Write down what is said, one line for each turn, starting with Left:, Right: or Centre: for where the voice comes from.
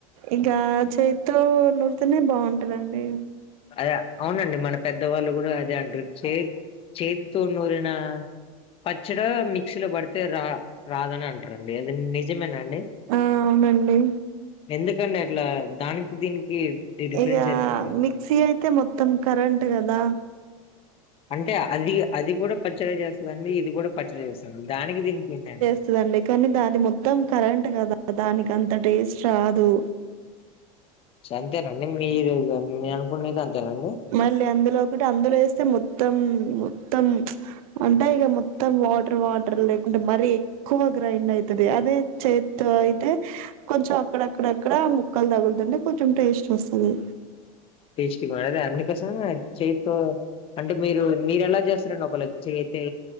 Right: ఇంక చేతితో నూరుతేనే బాగుంటంది అండి
Left: అదే అవునండి మన పెద్దవాళ్ళు కూడా అదే అంటారు చే చేతితో నూరిన పచ్చడ మిక్సీ లో పడితే రా రాదని అంటారండి అది నిజమేనా అండి
Right: ఆ అవునండి
Left: ఎందుకండి అట్లా దానికి దీనికి డిఫరెన్స్
Right: ఇగ
Left: ఏందండి
Right: మిక్సీ అయితే మొత్తం కరెంట్ కదా
Left: అంటే అది అది కూడా పచ్చడి చేస్తది అండి ఇది కూడా పచ్చడి చేస్తది దానికి దీనికి ఏంటండీ
Right: వస్తదండి కానీ దాని మొత్తం కరెంట్ కదా దానికి అంత టేస్ట్ రాదు
Left: అంతేనండి మీరు మీరు అనుకున్నది అంతేనండి
Right: మళ్ళీ అందులో ఒకటి అందులో వేస్తే మొత్తం మొత్తం చ్ అంటే ఇగా మొత్తం వాటర్ వాటర్ లేకుంటే మరీ ఎక్కువ గ్రైండ్ అయతది అదే చేత్తో అయితే కొంచెం అక్కడక్కడక్కడ ముక్కలు తగులుతుంటే కొంచెం టేస్ట్ వస్తది
Left: టేస్టీ వల్ల అందుకోసం చేత్తో అంటే మీరు మీర ఎలా చేస్తారండి ఒకవేళ చేతే